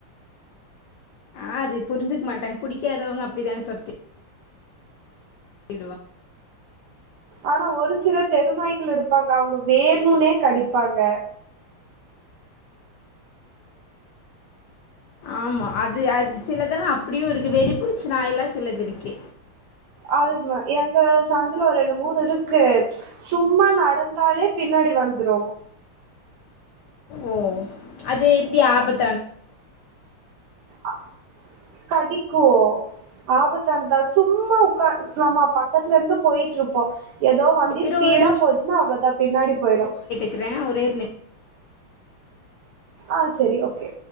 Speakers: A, on the left; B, on the right.
A: ஆனா அது புரிஞ்சுக்க மாட்டாங்க புடிக்காதவ்ங்க அப்டித்தானே தொரத்தி விடுவா
B: ஆனா ஒரு சில தெருநாய்கள் இருப்பாங்க அவ்ங்க வேணுனே கடிப்பாங்க
A: ஆமா அது அது சிலதெல்லா அப்டியு இருக்கு வெறி புடிச்ச நாய்ல்லா சிலது இருக்கு
B: அதுதா எங்க சந்துல ஒரு ரெண்டு மூணு இருக்கு சும்மா நடந்தாலே பின்னாடி வந்துரு
A: ஓ அது எப்டி ஆபத்
B: ஆ கடிக்கு ஆபத்தானதா சும்மா உக்கா நம்ம பக்கத்துல இருந்து போயிட்டு இருப்போ எதோ வண்டி
A: இரு
B: ஸ்பீடா
A: ஒரு
B: போச்சுன்னா அவ்ளோதா பின்னாடி போயிரு
A: க்கிற ஒரே ஒரு நிம்
B: ஆ செரி ஓகே